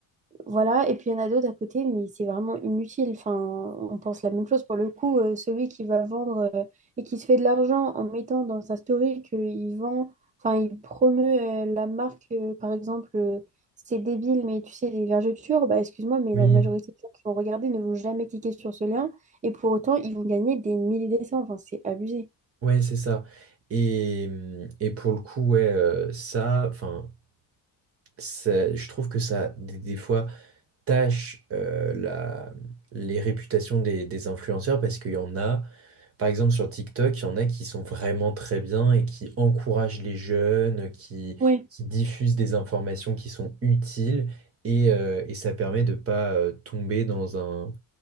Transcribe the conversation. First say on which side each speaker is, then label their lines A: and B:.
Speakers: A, on the right; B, on the right.
A: Voilà, et puis il y en a d'autres à côté, mais c'est vraiment inutile. Enfin, on pense la même chose pour le coup. euh, celui qui va vendre euh, et qui se fait de l'argent en mettant dans sa story qu'il vend, enfin, il promeut euh, la marque, euh, par exemple, euh, c'est débile, mais tu sais, des vergetures, bah excuse-moi, mais
B: Oui,
A: la majorité des gens qui vont regarder ne vont jamais cliquer sur ce lien, et pour autant, ils vont gagner des milliers de cents. Enfin, c'est abusé.
B: ouais, c'est ça. Et, hum, et pour le coup, ouais, euh, ça, enfin, ça- je trouve que ça, des, des fois, tâche euh, la, les réputations des, des influenceurs, parce qu'il y en a. Par exemple, sur TikTok, il y en a qui sont vraiment très bien et qui encouragent les jeunes, qui,
A: Oui.
B: qui diffusent des informations qui sont utiles et, euh, et ça permet de pas euh, tomber dans un,